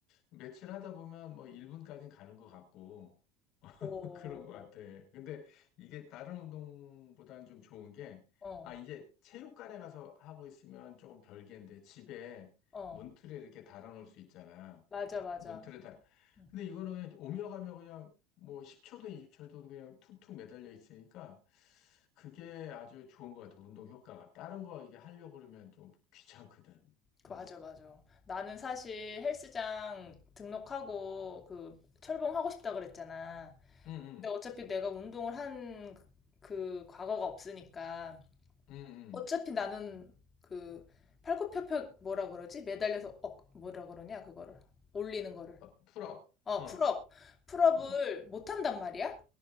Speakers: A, on the left; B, on the left.
A: 며칠 하다 보면 뭐 1분까지 가는 것 같고
B: 오,
A: 그런 것 같아. 근데 이게 다른 운동보다는 좀 좋은 게,
B: 어,
A: 아, 이제 체육관에 가서 하고 있으면 조금 별개인데, 집에
B: 어.
A: 문틀에 이렇게 달아놓을 수 있잖아.
B: 맞아, 맞아.
A: 문틀에 달.
B: 음,
A: 근데 이거는 그냥 오며 가며 그냥 뭐 10초든 20초든 그냥 툭툭 매달려 있으니까, 그게 아주 좋은 것 같아. 운동 효과가. 다른 거 이게 하려고 그러면 좀 귀찮거든.
B: 그
A: 음.
B: 맞아, 맞아. 나는 사실 헬스장 등록하고 그 철봉하고 싶다 그랬잖아.
A: 응, 응,
B: 근데 어차피 내가 운동을 한그 그 과거가 없으니까.
A: 응,
B: 어차피
A: 응.
B: 나는 그 팔굽혀펴 뭐라 그러지? 매달려서 억 뭐라 그러냐 그거를 올리는 거를
A: 어, 풀업.
B: 어
A: 어,
B: 풀업 풀업을
A: 응,
B: 못 한단 말이야.